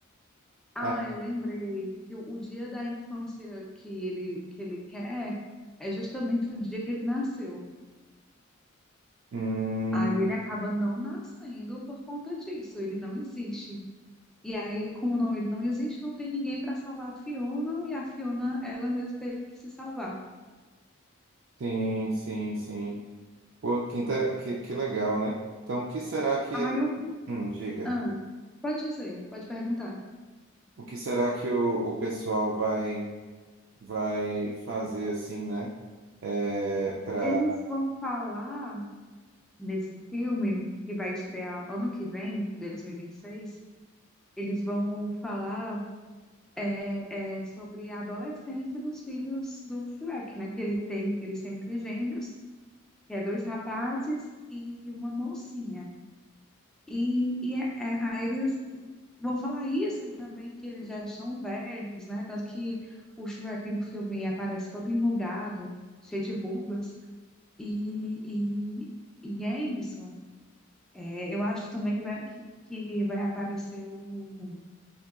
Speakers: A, in the centre; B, on the right (about 60°).
A: Ah,
B: Ah,
A: eu lembrei que o, o dia da infância que ele, que ele quer é justamente o dia que ele nasceu.
B: hum,
A: Aí ele acaba não nascendo por conta disso, ele não existe. E aí, como não, ele não existe, não tem ninguém para salvar a Fiona, e a Fiona, ela mesma teve que se salvar.
B: sim, sim, sim. Pô, que, intera- que, que legal, né? Então, o que será que
A: Aí
B: ele...
A: eu.
B: Hum, diga.
A: Ah, pode dizer, pode perguntar.
B: O que será que o, o pessoal vai, vai fazer assim, né? É, para
A: Eles vão falar nesse filme que vai estrear ano que vem, 2026, eles vão falar é, é, sobre a adolescência dos filhos do Shrek, né? Que ele tem, eles têm trigêmeos, que é dois rapazes e uma mocinha. E, e é- é- aí eles vão falar isso e também que eles já são velhos, né? Tanto que o Shrek no filme aparece todo enrugado, cheio de rugas. E, e, e é isso. É, eu acho também que vai, que, que vai aparecer o-